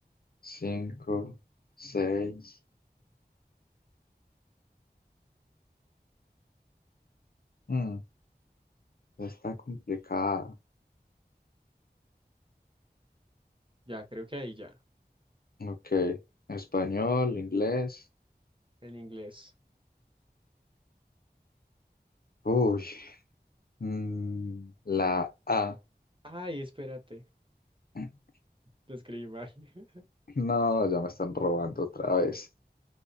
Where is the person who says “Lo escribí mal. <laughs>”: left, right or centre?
Right